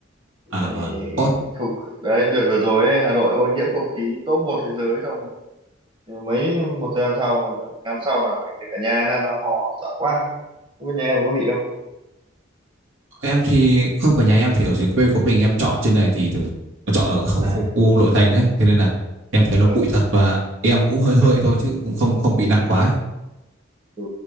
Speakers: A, on the right; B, on the right.
A: À
B: Này,
A: và Ồ,
B: không, đấy đợt vừa rồi ấy, Hà Nội ô nhiễm không khí top một thế giới xong nhưng mấy một thời gian sau ngắn sau là anh thấy cả nhà năn ra ho sợ quá. Không biết nhà em có bị không?
A: em thì không cả nhà em thì ở dưới quê của mình em trọ trên này thì thực, trọ ở khu,
B: À,
A: khu, khu nội thành ấy, thế nên là em thấy nó
B: ừ,
A: bụi thật và em cũng hơi hơi thôi chứ cũng không không bị nặng quá ấy.
B: ừ.